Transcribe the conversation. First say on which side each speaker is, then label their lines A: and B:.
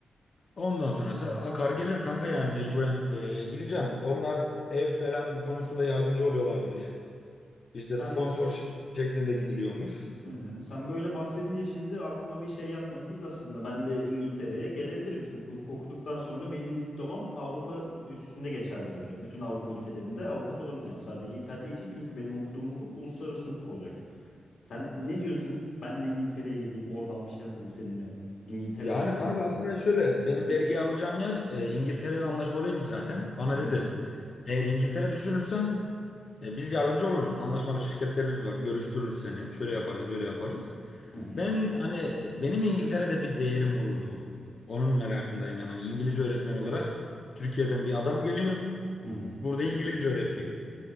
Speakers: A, on the left (about 50°); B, on the left (about 90°).
A: Ondan sonrası akar gelir kanka yani mecburen e, gideceğim. Onlar ev falan konusunda yardımcı oluyorlarmış. İşte
B: Sen
A: sponsor şeklinde gidiliyormuş.
B: Hı hı. Sen böyle bahsedince şimdi aklıma bir şey yatmadı değil aslında. Ben de İngiltere'ye gelebilirim çünkü hukuk okuduktan sonra benim diplomam Avrupa üstünde geçerli olacak. Bütün Avrupa ülkelerinde avukat olabileceğim. Sadece İtalya için çünkü benim okuduğum hukuk uluslararası hukuk olacak. Sen ne diyorsun? Ben de İngiltere'ye geleyim, oradan bir şey yapalım seninle. İngiltere'de
A: Yani
B: akalım
A: kanka
B: mesela.
A: aslında şöyle benim
B: Bu
A: belgeyi alacağım yer e, İngiltere ile anlaşmalıymış zaten. Bana dedi
B: Hı hı,
A: eğer İngiltere düşünürsen e, biz yardımcı oluruz. Anlaşmalı şirketlerimiz var. Görüştürürüz seni. Şöyle yaparız böyle yaparız.
B: hı hı,
A: Ben hani e, benim İngiltere'de bir değerim olur mu? Onun merakındayım yani. Hani İngilizce öğretmen olarak Türkiye'den bir adam geliyor.
B: hı hı.
A: Burada İngilizce öğretiyor.